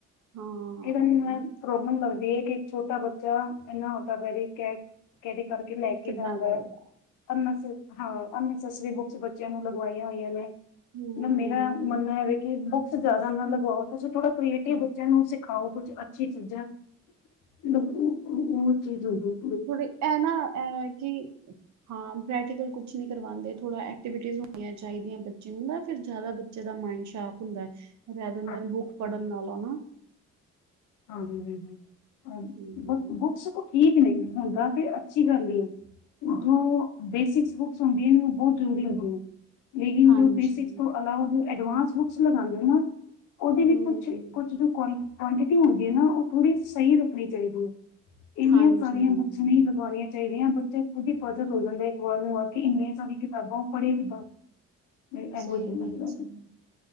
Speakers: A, on the right; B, on the left.
A: ਹਾਂ,
B: ਇਹ ਨਾਲ ਪ੍ਰੋਬਲਮ ਲਗਦੀ ਏ ਕਿ ਛੋਟਾ ਬੱਚਾ ਇਨਾ ਵੱਡਾ ਭਾਰੀ ਬੈਗ ਕੈਰੀ ਕਰਕੇ ਲੈ ਕੇ
A: ਕਿੱਦਾਂ
B: ਜਾਂਦਾ
A: ਕਰੇਗਾ?
B: ਪੜਣ ਵਾਸਤੇ ਹਾਂ ਅਨਨਸੇਸਰੀ ਬੁੱਕਸ ਬੱਚਿਆਂ ਨੂੰ ਲਗਵਾਈਆਂ ਹੋਈਆਂ ਨੇ
A: ਹੂੰ,
B: ਨ ਮੇਰਾ ਮਨਨਾ ਏ ਹੈ ਕਿ ਬੁਕਸ ਜ਼ਿਆਦਾ ਨ ਲਗਵਾੳ ਤੁਸੀ ਥੋੜਾ ਕ੍ਰੀਏਟਿਵ
A: ਹਾਂ।
B: ਬੱਚਿਆਂ ਨੂੰ ਸਿ ਖਾਓ ਕੁਛ ਅ <unintelligible> <unintelligible>
A: ਥੋੜੇ ਐ ਨਾ ਐ ਹੈ ਕਿ ਹਾਂ ਪ੍ਰੈਕਟੀਕਲ ਕੁਛ ਨੀ ਕਰਵਾਉਦੇ। ਥੋੜ੍ਹਾ ਐਕਟੀਵਿਟੀਜ਼ ਹੋਣੀਆਂ ਚਾਹੀਦੀਆਂ ਬੱਚਿਆਂ ਨੂੰ ਦਾ ਫਿਰ ਜ਼ਿਆਦਾ ਬੱਚੇ ਦਾ ਮਾਈੰਡ ਸ਼ਾਰਪ ਹੁੰਦਾ। ਰੈਦਰ
B: ਹਾਂ
A: ਦੈਨ ਬੁੱਕ ਪੜ੍ਹਨ
B: ਹਾਂ
A: ਨਾਲੋਂ ਨਾ
B: ਹੂੰ ਹੂੰ ਹੂੰ ਹਾਂ
A: ਹੂੰ,
B: ਬੁ ਬੁੱਕਸ ਕੁ ਕੀ <inaudible> ਨਈ, ਹੁੰਦਾ ਤੇ ਅੱਛੀ ਗੱਲ ਈ ਏ। ੳ ਬੇਸਿਕਸ ਬੁੱਕ ਸੰਭੀ ਨੂੰ ਬਹੁਤ ਜ਼ਰੂਰੀ ਏ ੳਨੂ <inaudible> ਲੇਡਿਜ਼
A: ਹਾਂਜੀ,
B: ਨੂੰ ਬੇਸਿਕ ਤੋਂ ਅਲਾਵ ਜੋ ਐਡਵਾਂਸ ਬੁੱਕਸ ਲਗਾਂਦੇ ਨਾ ਉਹਦੀ ਵੀ
A: ਹੂੰ,
B: ਕੁਛ ਕੁਛ ਦੀ--ਕ ਕੁਆਂਟਿਟੀ ਹੁੰਦੀ ਏ ਨਾ ਉਹ ਪੂਰੀ ਸਈ ਰੱਖਣੀ ਚਾਹੀਦੀ ਏ। ਇੰਨੀਆਂ
A: ਹਾਂਜੀ-ਹਾਂਜੀ,
B: ਸਾਰੀਆਂ ਬੁੱਕਸ ਨਈ ਲਗਾਣਿਆ ਚਾਹੀਦਿਆ ਬੱਚੇ ਖੁਦ ਹੀ ਪਜ਼ਲ ਹੋ ਜਾਂਦੇ ਨੂੰ ਆ ਕੇ
A: ਉਹ
B: ਏਨੀ ਸਾਰੀ ਕਿਤਾਬਾਂ ਪੜੇ ਕਿਦਾਂ <unintelligible>
A: ਸਹੀ ਵਿੱਚ ਹੀ
B: <inaudible>
A: ਹੈ।